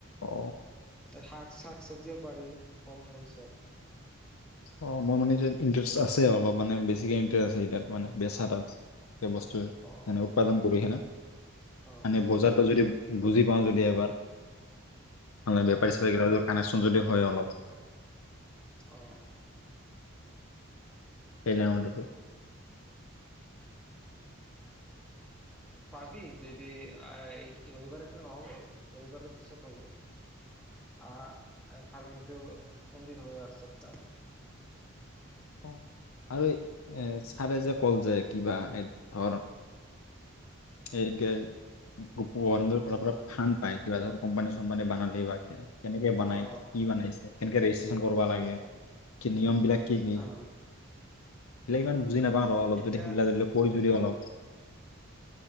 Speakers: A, on the left (about 80°); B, in the centre.
A: অ
B: শাক চাক চবজিও পাৰি ফল মূল চব
A: অ মোৰ মানে এতিয়া ইণ্টাৰেষ্ট আছে অলপ মানে বেছিকৈ ইণ্টাৰেষ্ট আছে এতিয়া মানে বেছা তাত বস্তু
B: অ
A: যেনে উৎপাদন কৰোঁহেনে
B: অ অ
A: মনে বজাৰটো যদি বুজি পাওঁ যদি এবাৰ মানে
B: অ
A: বেপাৰী চেপাৰী গেটা টো কানেকচন যদি হয় অলপ
B: অ
A: পাৰিলে মানে
B: ন
A: <unintelligible>
B: <inaudible> পাবি যদি এই ৰবিবাৰেটো নহব আৰু ৰবিবাৰৰ পিছত হ'ব অ ফাৰ্মিং ত কোন দিনা হয় একসপ্তাহ
A: অ আৰু এহ ভাৱে যে কত যায় কিবা এই ধৰণৰ এই যে <unintelligible> গৰম‌ দিনত আপোনাৰ ফান পায় কিবা ধৰক কোম্পানী চোম্পানী বনালে বা কেনেকে বনাই
B: অ
A: কি বনাইছে কেনেকে ৰেজিষ্ট্ৰেশচন কৰিব লাগে কি নিয়ম বিলাক কি কি
B: অ
A: সেইবিলাক ইমান বুজি নাপাওঁ আৰু অলপ
B: এতিয়া
A: যদি সেইবিলাক যদি কৈ যদি অলপ